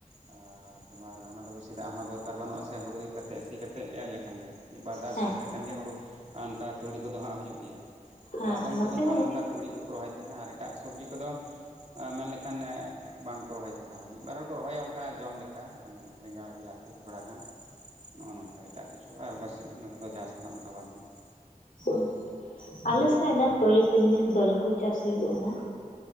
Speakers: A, on the right; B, on the left.
A: ᱟᱨ ᱛᱳᱢᱟᱨ ᱚᱱᱟ ᱫᱚ ᱵᱮᱥᱤ ᱫᱟᱜ ᱦᱚᱸ ᱫᱚᱨᱠᱟᱨ ᱵᱟᱹᱱᱩᱜᱼᱟ ᱥᱮ ᱦᱩᱲᱩ ᱤᱨ ᱠᱟᱛᱮᱫ ᱥᱤ ᱠᱟᱛᱮᱫ ᱮᱨ ᱞᱮᱠᱷᱟᱱ ᱜᱮ᱾ ᱢᱤᱫ ᱵᱟᱨ ᱫᱷᱟᱣ ᱥᱤᱭᱟᱛᱟᱜ
B: ᱦᱮᱸ ᱦᱮᱸ
A: ᱠᱷᱟᱱ ᱜᱮ ᱦᱩᱲᱩ ᱟᱨ ᱚᱱᱠᱟ ᱛᱩᱲᱤ ᱠᱚᱫᱚ ᱦᱟᱸᱜ ᱦᱩᱭᱩᱜ ᱜᱮᱭᱟ
B: ᱦᱮᱸ
A: ᱛᱚ ᱟᱫᱚᱢ
B: ᱱᱚᱛᱮ
A: ᱠᱚᱫᱚ ᱦᱟᱸᱜ
B: ᱦᱚᱸ
A: ᱱᱚᱝᱠᱟ ᱛᱩᱲᱤ ᱠᱚᱠᱚ ᱨᱚᱦᱚᱭ ᱛᱟᱦᱮᱱᱟ ᱟᱨ ᱮᱴᱟᱜ ᱥᱚᱵᱡᱤ ᱠᱚᱫᱚ ᱢᱮᱱᱞᱮᱠᱷ ᱮᱠᱷᱟᱱ ᱵᱟᱝᱠᱚ ᱨᱚᱦᱚᱭ ᱛᱟᱦᱮᱱᱟ ᱢᱤᱫ ᱵᱟᱨ ᱦᱚᱲᱠᱚ ᱨᱚᱦᱚᱭᱟ ᱚᱱᱠᱟ ᱡᱚᱢ ᱞᱮᱠᱟ ᱢᱟᱱᱮ ᱵᱮᱸᱜᱟᱲ ᱵᱤᱞᱤᱹᱛᱤ ᱛᱷᱚᱲᱟ ᱜᱟᱱ ᱱᱚᱜᱼᱚ ᱱᱚᱝᱠᱟ ᱮᱴᱟᱜ ᱠᱤᱪᱷᱩ ᱟᱨ ᱵᱟᱥᱤ ᱱᱚᱛᱮ ᱫᱚ ᱪᱟᱥ ᱫᱚᱦᱟᱜ ᱚᱱᱠᱟ ᱵᱟᱝ ᱦᱩᱭᱩᱜᱼᱟ᱾
B: ᱚ ᱟᱞᱮᱥᱮᱫ ᱟᱱᱮ ᱛᱚᱲᱤ ᱛᱤᱞᱢᱤᱧ ᱫᱟᱹᱞ ᱠᱩ ᱪᱟᱥ ᱦᱩᱭᱩᱜ ᱠᱟᱱᱟ